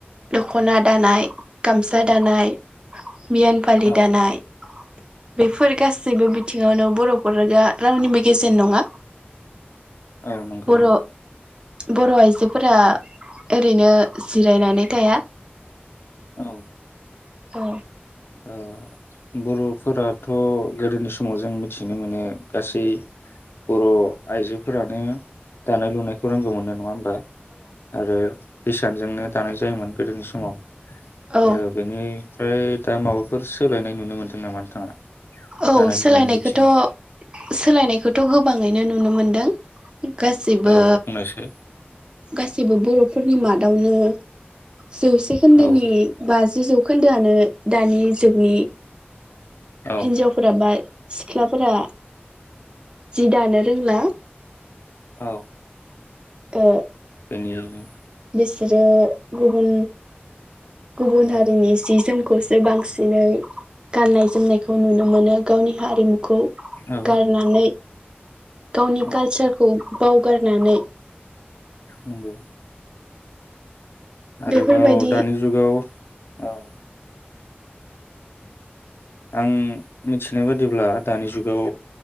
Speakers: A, on the right; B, on the left.
A: दख'ना दानाय गामसा दानाय। बियान फालि
B: औ
A: दानाय बेफोर गासैबो थिङावनो बर'फोरा दा रावनिबो गेजेन नङा।
B: औ नंगौ
A: बर'
B: नंगौ।
A: बर' आइजोफोरा ओरैनो जिरायनानै थाया।
B: औ
A: औ
B: ओ बर'फोराथ' गोदोनि समाव जों मिथिनो मोनो गासै बर' आइजोफोरानो दानाय लुनायखौ रोंगौ मोननो नङा होम बा आरो हिसानजोंनो दानाय जायोमोन गोदोनि समाव।
A: औ
B: ओ बेनि फ्राय दा माबाफोर सोलायनाय नुनो मोनदों नामा नोंथाङा?
A: औ
B: दानाय लुनायनि
A: सोलायनायखौथ'
B: बिथिङाव
A: सोलायनायखौथ' गो गोबाङैनो नुनो मोन्दों। गासिबो
B: औ बुंनायसै
A: गासैबो बर'फोरनि मादावनो जौसे खोन्दोनि
B: औ
A: बाजि जौखोन्दो खोन्दोआनो दानि जुगनि
B: औ
A: हिन्जावफोराबा सिख्लाफोरा जि दानो रोंला।
B: औ
A: ओ
B: <unintelligible>
A: बिसोरो गुबुन गुबुन
B: औ
A: हारिनि सि जोम खौसो बांसिनै गाननाय जोमनायखौ नुनो मोनो गावनि हारिमु खौ
B: औ
A: गारनानै गावनि
B: औ
A: कालचार खौ बावगारनानै
B: नंगौ। आरोबाव
A: बेफोरबायदि
B: दानि जुगाव औ आं मिथिनाय बादिब्ला दानि जुगाव